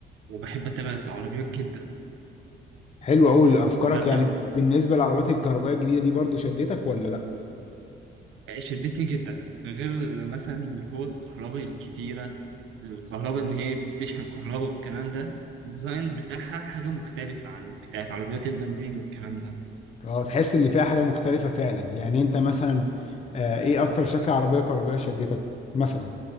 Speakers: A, on the right; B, on the left.
A: وبحب أتابع العربيات جدا
B: حلو قوي افكارك
A: بالذات
B: يعني بالنسبه للعربات الكهربائيه الجديده دي برضو شدتك ولا لا
A: شدتني جدا غير مثلا اللي هو الكهرباء الكتيرة الكهرباء إن هي بتشحن كهرباء والكلام ده الديزاين بتاعها حاجة مختلفة عن بتاعت عربيات البنزين والكلام ده
B: اه تحس اللي فيها حاجة مختلفة فعلا يعني انت مثلا آه ايه اكتر شكل عربية كهربائية شدتك مثلا